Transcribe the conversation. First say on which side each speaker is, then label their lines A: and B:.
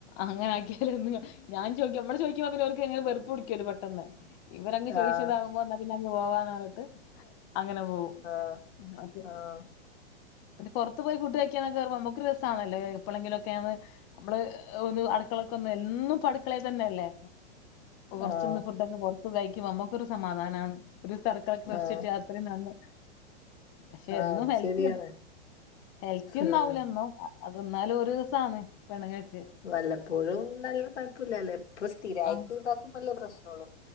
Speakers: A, on the left (about 30°); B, on the left (about 80°).
A: അങ്ങനക്കിയാലോ ഞാൻ ചോയിക്ക മ്മള് ചോയിക്ക് പോ അവർക്ക് എങ്ങനെ വെറപ്പ കുടിക്കുവല്ല പെട്ടെന്ന് ഇവരങ്ങ് ചോദിച്ചതാവുമ്പോ
B: ആഹ്
A: എന്നാ പിന്നെ അങ്ങ് പോവാന്ന് പറഞ്ഞട്ട് അങ്ങനെ പോവും
B: ആഹ്
A: മറ്റേ
B: ആഹ്
A: <unintelligible> പുറത്ത് പോയി ഫുഡ്ഴിക്കാനൊക്കെ പറ നമുക്ക് രസാണല്ലേ എപ്പോഴെങ്കിലുംക്കെയാണ് നമ്മള് ഒന്ന് അടുക്കളക്ക ഒന്ന എന്നും പടുക്കളയിൽ തന്നെയല്ലേ കുറച്ചന്ന്
B: ആഹ്
A: ഫുഡൊക്കെ പുറത്ത് തയ്ക്കുമ്പോ നമക്കൊരു സമാധാനമാണ് ഒരു സർക്കളൊക്കെ കറിച്ചിട്ട്
B: ആഹ്
A: ത്രയും നന്ന് പക്ഷെ
B: ആഹ്
A: എന്നും
B: അത്
A: ഹെൽറ്റ
B: ശരിയാണ്
A: ഹെൽത്തി ഒന്നാവൂല
B: ആഹ്
A: എന്നോ അത് എന്നാലും ഒരു ദിവസ ആന്ന് പെണ്ണു <unintelligible>
B: വല്ലപ്പോഴും നല്ല തല്പ്പില്ലല്ലോ ഇപ്പ സ്ഥിരമായിട്ട്
A: ആഹ്
B: ഇതാക്കുമ്പോല്ലേ പ്രശ്നം ഉള്ളു